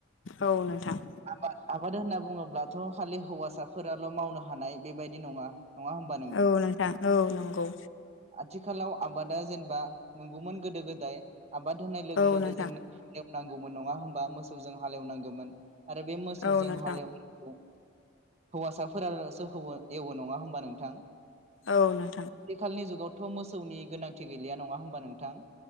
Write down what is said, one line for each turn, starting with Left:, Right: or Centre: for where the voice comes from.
Left: औ नोंथां
Right: आबाद आबाद होनना थ खालि हौवासाफोराल' मावनो हानाय बेबायदि नङा नङा होमबा
Left: औ नोंथां औ नं औ
Right: आथिखालाव आबादा जेनबा नंगौमोन गोदो गोदाय आबाद होनाय लोगो
Left: औ
Right: लोगो
Left: नोंथां
Right: जोंनो नांगौमोन नङा होमबा मोसौजों हालेवनांगौमोन आरो बे मोसौजों
Left: औ नोंथां
Right: हालवनो हौवासाफोरलसो हौवा एवो नङा होमबा नोंथां
Left: औ नोंथां
Right: खालनि जुगावथ मोसौनि गोनांथि गैलिया नङा होमबा नोंथां